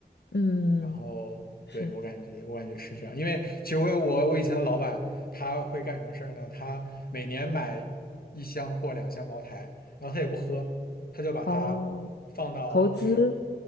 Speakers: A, on the left; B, on the left.
A: 嗯
B: 然后，
A: 是
B: 对，我感觉我感觉是这样，因为其实我有我我以前的老板他会干什么事儿呢？他每年买一箱或两箱茅台，然后他也不喝。他就把它放到，
A: 哦，投资，
B: 就是